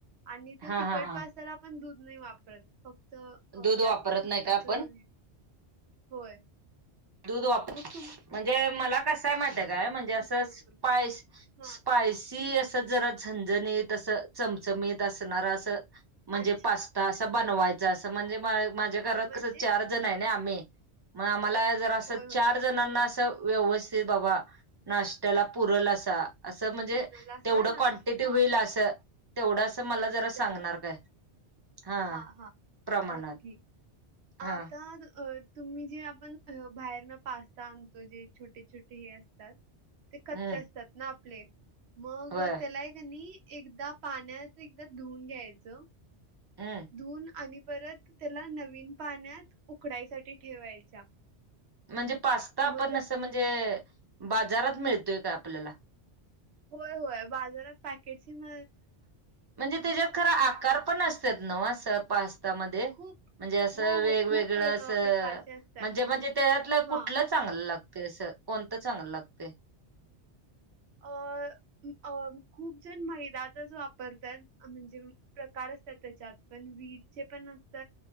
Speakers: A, on the right (about 70°); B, on the right (about 25°).
A: आणि ते
B: हा
A: तिखट
B: हा हा
A: पास्ताला आपण दूध नाही वापरत. फक्त अ
B: दूध
A: जास्त
B: वापरत
A: तिखटाच
B: नाही का आपण
A: हे होय.
B: दूध वाप
A: मग केव्हा
B: म्हणजे मला कसंय माहिती काय म्हणजे असं
A: नाही वापरत.
B: स्पाय
A: हां.
B: स्पायसी असं जरा झणझणीत असं चमचमीत असंणार असं म्हणजे
A: अच्छा.
B: पास्ता अस बनवायचा
A: हां,
B: अस म्हणजे माझ्या घरात
A: हां. म्हणजे
B: कस चार चार जण हाय नय आम्ही मग आम्हाला जरा असं
A: होय, होय.
B: चार चार जणांना असं व्यवस्थित बाबा नाष्टयाला पुरल असा असं म्हणजे
A: पुरल असा
B: तेवढं
A: नाश
B: क्वानटीटी
A: हां.
B: होईल असं तेवढं अस मला जरा सांगणार
A: जास्त असेल.
B: काय हा
A: हां, हां.
B: प्रमाणात
A: नक्की.
B: हा
A: आता द अ तुम्ही जे आपण ह्यो बाहेरन पास्ता आणतोय जे छोटे छोटे हे असतात. ते
B: हम्म
A: कच्चे असतात ना आपले मग
B: होय
A: त्याला हाय की नई एकदा पाण्यात एकदा धुवून घ्यायचं.
B: हा
A: धुवून आणि परत त्याला नवीन पाण्यात उकडायसाठी ठेवायच्या.
B: म्हणजे पास्ता आपण
A: मग जर
B: असं म्हणजे बाजारात मिळतोय का आपल्याला
A: होय होय बाजारात पॅकेटची म
B: म्हणजे त्याच्यात खर आकार पण असत्यात नव असं पास्तामध्ये
A: खूप
B: म्हणजे असं
A: हो
B: वेगवेगळं
A: हो खूप प्र
B: असं
A: प्रकारचे असतात
B: म्हणजे म्हणजे त्याच्यातल
A: हा
B: कुठलंच चांगलं लागतय असं कोणतं चांगलं लागतय.
A: अ खूप जण मैदातच वापरतात. म्हणजे प्रकार असतात त्याच्यात पण व्हिट चे पण असत